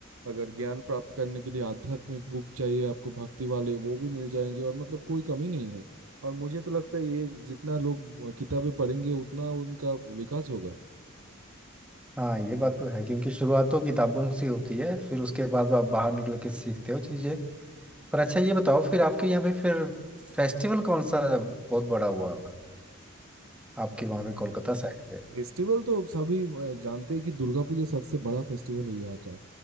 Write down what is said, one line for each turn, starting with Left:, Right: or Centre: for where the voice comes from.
Right: अगर ज्ञान प्राप्त करने के लिए आध्यात्मिक बुक चाहिए आपको भक्ति वाले वो भी मिल जाएंगे और मतलब कोई कमी नहीं है और मुझे तो लगता है ये जितना लोग किताबें पढ़ेंगे उतना उनका विकास होगा
Centre: हाँ ये बात तो है क्योंकि शुरुआत तो किताबों से होती है फिर उसके बाद आप बाहर निकल के सीखते हो चीजें पर अच्छा ये बताओ फिर आपके यहाँ पे फिर फेस्टिवल कौन सा बहुत बड़ा हुआ आपके वहाँ पे कोलकाता साइड पे
Right: फेस्टिवल तो सभी अ, जानते हैं कि दुर्गा पूजा सबसे बड़ा फेस्टिवल है यहाँ का